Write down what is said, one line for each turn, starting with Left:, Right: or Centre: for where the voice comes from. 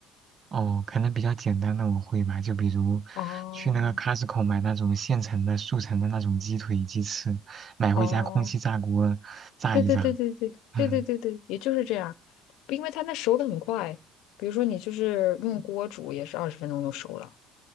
Right: 哦，可能比较简单的我会吧，就比如去那个
Left: 哦
Right: Costco 买那种现成的速成的那种鸡腿、鸡翅，买回家空气炸锅炸一炸。
Left: 哦，对对对对对对对对对，
Right: <laughs> 嗯。
Left: 也就是这样，因为它那熟的很快。比如说你就是用锅煮，也是二十分钟就熟了。